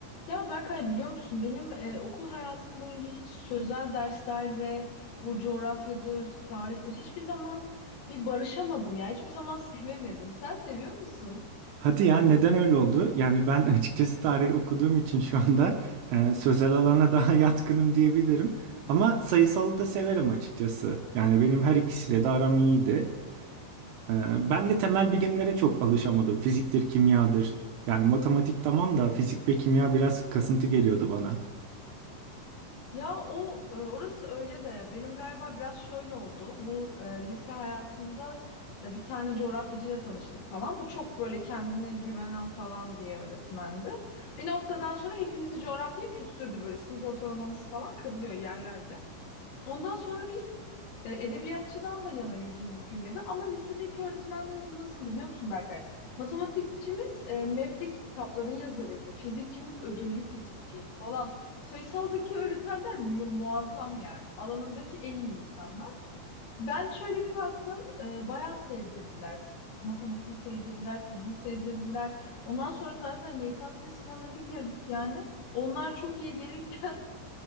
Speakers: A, on the left; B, on the right.
A: Ya Berkay biliyor musun benim e, okul hayatım boyunca hiç sözel derslerle bu coğrafyadır, tarihtir hiçbir zaman bir barışamadım ya. Hiçbir zaman <laughs> sevemedim. Sen seviyor musun?
B: Hadi ya neden öyle oldu? Yani ben <laughs> açıkçası tarih okuduğum için şu anda e, sözel alana daha <laughs> yatkınım diyebilirim. Ama sayısalı da severim açıkçası. Yani benim her ikisiyle de aram iyiydi. E, ben de temel bilimlere çok alışamadım. Fiziktir, kimyadır. Yani matematik tamam da fizik ve kimya biraz kasıntı geliyordu bana.
A: Ya o e, orası öyle de benim galiba biraz şöyle oldu. Bu e, lise hayatımda e, bir tane coğrafyacıyla tanıştık falan. Bu çok böyle kendine güvenen falan bir öğretmendi. Bir noktadan sonra hepimizi coğrafyaya küstürdü böyle sınıf ortalamamız falan kırılıyor yerlerde. Ondan sonra biz e, edebiyatçıdan da yana yüzümüz gülmedi ama lisedeki öğretmenlerimiz nasıldı biliyor musun Berkay? Matematikçimiz e, MEB'deki kitapların yazarıydı. Fizikçimiz ödüllü fizikçiydi falan. Sayısaldaki öğretmenler mu- muazzam yani. Alanındaki en iyi insanlar. Ben şöyle bir baktım, e, bayağı sevdirdiler. Matematiği sevdirdiler, fiziği sevdirdiler. Ondan sonra zaten YKS sınavına bir girdik yani. Onlar çok iyi gelirken